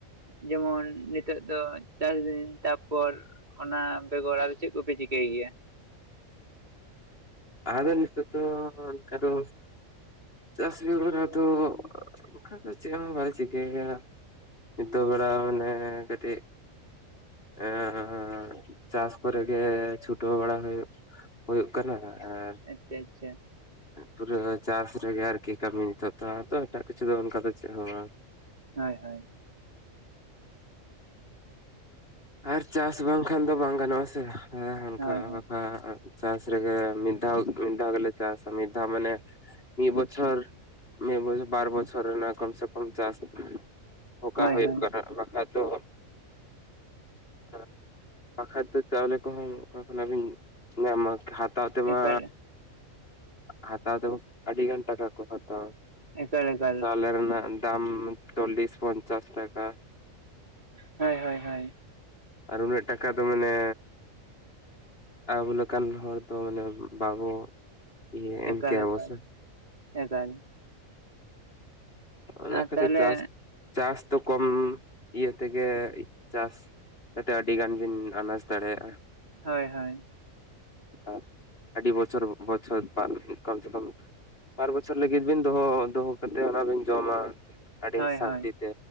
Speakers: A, on the right; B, on the left.
A: ᱡᱮᱢᱚᱱ ᱱᱤᱛᱚᱜ ᱫᱚ ᱪᱟᱥ ᱫᱤᱱ ᱛᱟᱯᱚᱨ ᱚᱱᱟ ᱵᱮᱜᱚᱨ ᱟᱨ ᱪᱮᱫ ᱠᱚᱯᱮ ᱪᱤᱠᱟᱹᱭ ᱜᱮᱭᱟ?
B: ᱟᱫᱚ ᱱᱤᱛᱚᱜ ᱫᱚ ᱚᱱᱠᱟ ᱫᱚ ᱪᱟᱥ ᱵᱮᱜᱚᱨ ᱟᱫᱚ ᱚᱠᱟ ᱫᱚ ᱪᱮᱫ ᱦᱸ ᱵᱟᱝ ᱪᱤᱠᱟᱹᱭ ᱦᱩᱭᱩᱜᱼᱟ᱾ ᱱᱤᱛᱚᱜ ᱵᱮᱲᱟ ᱢᱮᱱᱟᱭᱟ ᱠᱟᱹᱴᱤᱡ ᱮᱸ ᱪᱟᱥ ᱠᱚᱨᱮᱜᱮ ᱪᱷᱩᱴᱟᱹᱣ ᱵᱟᱲᱟ ᱦᱩᱭᱩᱜ᱾ ᱦᱩᱭᱩᱜ ᱠᱟᱱᱟ ᱟᱨ
A: ᱟᱪᱪᱷᱟ ᱟᱪᱪᱷᱟ
B: ᱯᱩᱨᱟᱹ ᱪᱟᱥ ᱨᱮᱜᱮ ᱟᱨᱠᱤ ᱠᱟᱹᱢᱤ ᱱᱤᱛᱚ ᱫᱚ ᱟᱨ ᱫᱚ ᱮᱴᱟᱜ ᱠᱤᱪᱷᱩ ᱫᱚ ᱚᱱᱠᱟ ᱫᱚ ᱪᱮᱫ ᱦᱚᱸ ᱵᱟᱝ᱾
A: ᱦᱳᱭ ᱦᱳᱭ᱾
B: ᱟᱨ ᱪᱟᱥ ᱵᱟᱝ ᱠᱷᱟ ᱠᱷᱟᱱ ᱫᱚ ᱵᱟᱝ ᱜᱟᱱᱚᱜᱼᱟ ᱥᱮ ᱮᱸ ᱦᱟᱱᱠᱟ
A: ᱦᱳᱭ
B: ᱪᱟᱥ ᱨᱮᱜᱮ ᱢᱤᱫ ᱫᱷᱟᱭ ᱢᱤᱫ ᱫᱷᱟᱣ ᱜᱮᱞᱮ ᱪᱟᱥᱟ ᱢᱤᱫ ᱫᱷᱟᱣ ᱢᱟᱱᱮ ᱢᱤᱫ ᱵᱚᱪᱷᱚᱨ᱾ ᱢᱤᱫ ᱵᱚᱪᱷᱚᱨ ᱵᱟᱨ ᱵᱚᱪᱷᱚᱨ ᱨᱮᱱᱟᱜ ᱠᱚᱢ ᱥᱮ ᱠᱚᱢ ᱪᱟᱥ ᱚᱠᱟ
A: ᱦᱳᱭ
B: ᱦᱩᱭᱩᱜ
A: ᱦᱳᱭ
B: ᱠᱟᱱᱟ ᱵᱟᱠᱷᱟ ᱛᱚ᱾ <unintelligible> ᱵᱟᱠᱟᱱ ᱫᱚ ᱪᱟᱣᱞᱮ ᱠᱚᱦᱚᱸ ᱚᱠᱟ ᱠᱷᱚᱱᱟᱜ ᱵᱤᱱ ᱧᱟᱢᱟ? ᱦᱟᱛᱟᱣ ᱛᱮᱢᱟ
A: ᱮᱠᱟᱞ
B: ᱦᱟᱛᱟᱣ ᱛᱮᱢᱚ ᱟᱹᱰᱤ ᱜᱷᱟᱱ ᱴᱟᱠᱟᱠᱚ ᱦᱟᱛᱟᱣᱟ᱾
A: ᱮᱠᱟᱞ ᱮᱠᱟᱞ
B: ᱪᱟᱣᱞᱮ ᱨᱮᱱᱟᱜ ᱫᱟᱢ ᱪᱚᱞᱞᱤᱥ ᱯᱧᱪᱟᱥ ᱴᱟᱠᱟ᱾
A: ᱦᱳᱭ ᱦᱳᱭ ᱦᱳᱭ᱾
B: ᱟᱨ ᱩᱱᱟᱹᱜ ᱴᱟᱠᱟ ᱫᱚ ᱢᱟᱱᱮ ᱟᱵᱚ ᱞᱮᱠᱟᱱ ᱦᱚᱲ ᱛᱚ ᱢᱟᱱᱮ ᱵᱟᱵᱚᱜ ᱤᱭᱟ ᱮᱢ
A: ᱮᱠᱟᱞ
B: ᱠᱮᱭᱟ
A: ᱮᱠᱟᱞ
B: ᱵᱚ ᱥᱮ᱾
A: ᱮᱠᱟᱞ
B: ᱚᱱᱟ
A: ᱟᱨ
B: ᱠᱷᱟᱹᱛᱤᱨ
A: ᱛᱟᱦᱚᱞᱮ
B: ᱪᱟᱥ ᱪᱟᱥ ᱫᱚ ᱠᱚᱢ ᱤᱭᱟᱹ ᱛᱮᱜᱮ ᱪᱟᱥ᱾ ᱟᱛᱮ ᱟᱹᱰᱤ ᱜᱟᱱ ᱵᱤᱱ ᱟᱱᱰᱟᱡ ᱫᱟᱲᱮᱭᱟᱜᱼᱟ᱾
A: ᱦᱳᱭ ᱦᱳᱭ᱾
B: ᱟᱨ ᱟᱹᱰᱤ ᱵᱚᱪᱷᱚᱨ ᱵᱚᱪᱷᱚᱨ <inaudible> ᱠᱚᱢ ᱥᱮ ᱠᱚᱢ ᱵᱟᱨ ᱵᱚᱪᱷᱚᱨ ᱞᱟᱹᱜᱤᱫ ᱵᱤᱱ ᱫᱚᱦᱚ ᱫᱚᱦᱚ ᱠᱟᱛᱮᱫ ᱚᱱᱟ ᱵᱤᱱ ᱡᱚᱢᱟ᱾ ᱟᱹᱰᱤ
A: ᱦᱳᱭ
B: ᱥᱟᱱᱛᱤ
A: ᱦᱳᱭ
B: ᱛᱮ